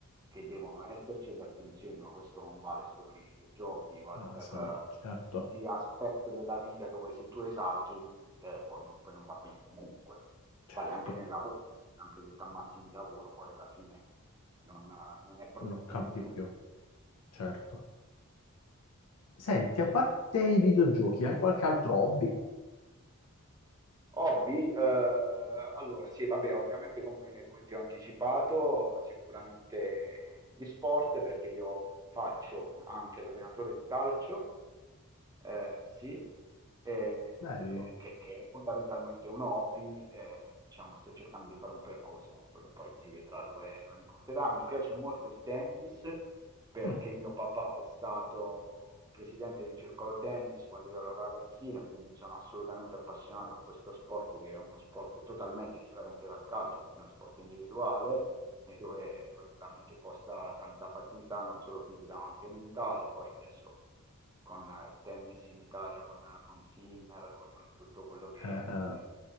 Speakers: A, on the right; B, on the left.
A: che devono esserci e le attenzioni, ma questo non vale solo per i videogiochi, vale
B: Asam,
A: per, per
B: certo,
A: qualsiasi aspetto della vita dove se tu esageri eh, poi, poi non va bene comunque.
B: certo,
A: Vale anche nel lavoro, anche se ti ammazzi di lavoro, poi alla fine non, non è produttivo
B: non campi
A: più.
B: più, certo. Senti, a parte i videogiochi, hai qualche altro hobby?
A: Hobby, eh, allora sì, vabbè, ovviamente come, come ti ho anticipato, sicuramente gli sport, perché io faccio anche l'allenatore di calcio, eh, sì, eh,
B: Bello.
A: che, che è fondamentalmente un hobby, eh, diciamo, sto cercando di fare un percorso, ma quello poi si vedrà dove, dove mi porterà. Mi piace molto il tennis, perché
B: Mm,
A: mio papà è stato presidente di un circolo tennis quando io ero ragazzino, e quindi mi sono assolutamente appassionato a questo sport, che è uno sport totalmente differente dal calcio, perché è uno sport individuale e dove, dove veramente costa tanta fatica, non solo fisica ma anche mentale. Poi adesso con eh, il tennis in Italia, con, con Sinner, con tutto quello che...
B: eh, eh,